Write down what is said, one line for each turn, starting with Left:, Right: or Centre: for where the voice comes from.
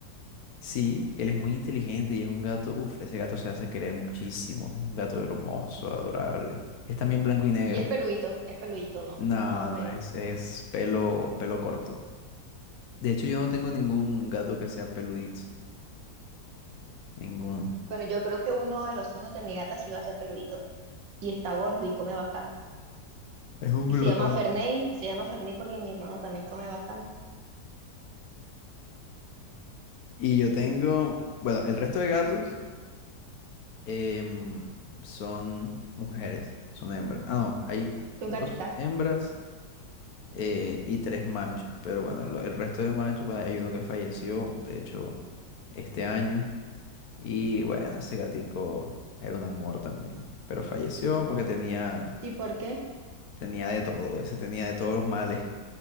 Left: Sí, él es muy inteligente y es un gato, uff ese gato se hace querer muchísimo. Un gato hermoso, adorable. Es también blanco y negro.
Right: y es peludito, es peludito, no,
Left: No,
Right: más o
Left: no,
Right: menos.
Left: es, es pelo, pelo corto. De hecho, yo no tengo ningún gato que sea peludito. Ninguno.
Right: Bueno, yo creo que uno de los hijos de mi gata sí va a ser peludito y está gordo y come bastante.
Left: Es un
Right: Y
Left: glotón.
Right: se llama Ferney, se llama Ferney porque mi hermano también come bastante.
Left: Y yo tengo, bueno, el resto de gatos. Em, son mujeres, son hembras. Ah, no, hay
Right: ¿Tú
Left: dos
Right: un gatita?
Left: hembras eh, y tres machos. Pero bueno, lo- el resto de machos, bueno, hay uno que falleció, de hecho, este año. Y bueno, ese gatico era un amor también. Pero falleció porque tenía,
Right: ¿Y por qué?
Left: tenía de todo, ese tenía de todos los males.